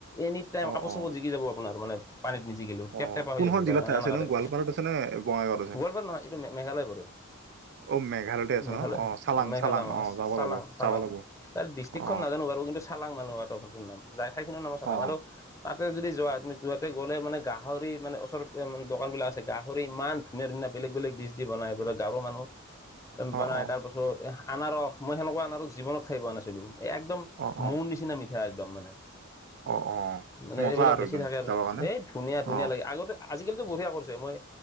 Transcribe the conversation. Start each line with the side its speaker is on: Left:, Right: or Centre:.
Left: এনি টাইম
Right: অ
Left: কাপোৰ
Right: অ
Left: চাপোৰ জিকি যাব আপোনাৰ মানে পানীত নিজিকিলো। কেপ
Right: অ
Left: টেপা হৈ
Right: কোনখন
Left: যাব পুৰা
Right: জিলাত
Left: এনকা
Right: আছে নো
Left: টাইপ,
Right: গোৱালপাৰাত আছে নে বঙাইগাঁৱত আছে
Left: গোৱালপাৰা নহয় এইটো মেঘালয় পৰে।
Right: অ মেঘালয়তে আছে
Left: মেঘালয়
Right: ন অ চালাং
Left: মেঘালয়
Right: চালাং অ যাব
Left: চালাং
Right: লাগিব
Left: চালাং
Right: যাব লাগিব
Left: তাৰ ডিষ্ট্ৰিকখন
Right: অ
Left: নাজানো বাৰু কিন্তু চালাং মানুহ আৰু ত ঘৰৰ নাম যাই ঠাই খিনিও নাম চালাং
Right: অ
Left: আৰু তাতে যোৱা তুমি যতে গ'লে মানে গাহ গাহৰি মানে ওচৰত ইমান দোকানবিলাক আছে গাহৰি ইমান ধুনীয়া ধুনীয়া বেলেগ বেলেগ ডিছ দি বনাই পুৰা গাঁৱৰ মানুহ। বনাই
Right: অ অ
Left: তাৰ পাছত আনাৰস মই সেনেকুৱা আনাৰস জীৱনত খাই পোৱা নাছিলো, একদম
Right: অ
Left: মৌ
Right: অ
Left: নিচিনা মিঠা একদম মানে।
Right: অ অ
Left: মানে
Right: মজা
Left: এইবিলাক বেছি
Right: একদম
Left: থাকে আৰু
Right: যাবৰ কাৰণে
Left: এই ধুনীয়া ধুনীয়া
Right: অ
Left: লাগে আগতে আজিকালিতো বঢ়িয়া কৰিছে, মই